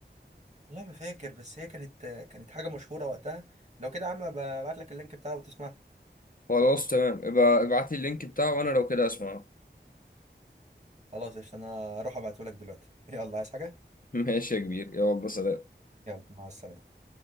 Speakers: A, on the right; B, on the left.
A: والله ما فاكر بس هي كانت آه، كانت حاجة مشهورة وقتها لو كده يا عم ببعت لك اللينك بتاعه وتسمعها
B: خلاص تمام ابقى ابعت لي اللينك بتاعه وانا لو كده اسمعه
A: خلاص قشطة انا اروح ابعته لك دلوقتي <laughs> يلا عايز حاجة
B: <laughs> ماشي يا كبير يلا سلام
A: يلا مع السلامة